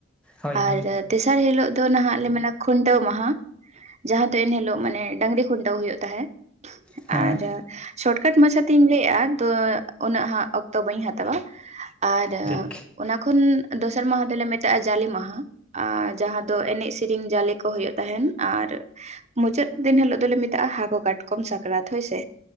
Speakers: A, in the centre; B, on the right.
A: ᱦᱳᱭ
B: ᱟᱨ
A: ᱦᱳᱭ
B: ᱥᱟᱨ ᱦᱤᱞᱳᱜ ᱫᱚ ᱱᱟᱦᱟᱸᱜ ᱞᱮ ᱢᱮᱱᱟ ᱠᱷᱩᱱᱴᱟᱹᱣ ᱢᱟᱦᱟ᱾ ᱡᱟᱦᱟᱸ ᱫᱚ ᱮᱱᱦᱤᱞᱳᱜ ᱢᱟᱱᱮ ᱰᱟᱹᱝᱨᱤ ᱠᱷᱩᱱᱴᱟᱹᱣ ᱦᱩᱭᱩᱜ ᱛᱟᱦᱮᱸ᱾
A: ᱦᱮᱸ
B: ᱟᱨ ᱥᱚᱴᱠᱟᱴ ᱢᱟᱪᱷᱟ ᱛᱮᱧ ᱞᱟᱹᱭᱮᱫᱼᱟ ᱛᱚ ᱩᱱᱟᱹᱜ ᱦᱟᱸᱜ ᱚᱠ ᱛᱚ ᱵᱟᱹᱧ ᱦᱟᱛᱟᱣᱼᱟ ᱟᱨ
A: ᱴᱷᱤᱠ
B: ᱚᱱᱟ ᱠᱷᱚᱱ ᱫᱚᱥᱟᱨ ᱢᱟᱦᱟ ᱫᱚᱞᱮ ᱢᱮᱛᱟᱜᱼᱟ ᱡᱟᱞᱮ ᱢᱟᱦᱟ, ᱟᱨ ᱡᱟᱦᱟᱸ ᱫᱚ ᱮᱱᱮᱡ ᱥᱤᱨᱤᱧ ᱡᱟᱞᱮ ᱠᱚ ᱦᱩᱭᱩᱜ ᱛᱟᱦᱮᱸᱱ, ᱟᱨ ᱢᱩᱪᱟᱹᱫ ᱫᱤᱱ ᱦᱤᱞᱳᱜ ᱫᱚᱞᱮ ᱢᱤᱛᱟᱜᱼᱟ ᱦᱟᱠᱳ ᱠᱟᱴᱠᱚᱢ ᱥᱟᱠᱨᱟᱛ ᱦᱳᱭᱥᱮ᱾